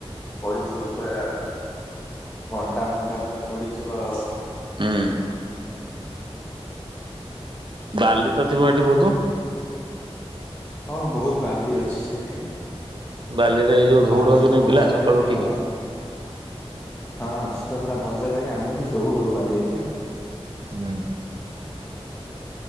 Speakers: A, on the left; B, on the right.
A: ପଢିଥିବ ପୁରା ଘଣ୍ଟା ଘଣ୍ଟା ପୁରା ପଢିଥିବ।
B: ଉଁ। ବାଲି ତ ଥିବ ହେଠି ବହୁତ।
A: ହଁ ବହୁତ ବାଲି ଅଛି ସେଇଠି।
B: ବାଲିରେ ଏଇ ଯୋଉ ଧଉଡନ୍ତିନି
A: ବାଲି ତ ମଜା
B: ପିଲା ସକାଳୁ
A: ଲାଗେ
B: ଉଠିକି।
A: ଆଉ। ହଁ ସେ ତ ପୁରା ମଜା ଲାଗେ ଆମେ ବି ଦୌଡୁ ବାଲିରେ।
B: ହୁଁ।